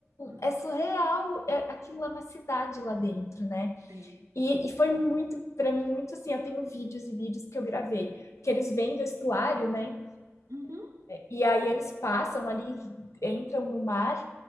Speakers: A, on the right (about 75°); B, on the left (about 70°).
A: Uhum.
B: É surreal, é, aquilo lá é uma cidade lá dentro, né?
A: É.
B: E, e foi muito, pra mim, muito assim. Eu tenho vídeos e vídeos que eu gravei, porque eles vêm do estuário, né?
A: Uhum.
B: E aí eles passam ali, entram no mar,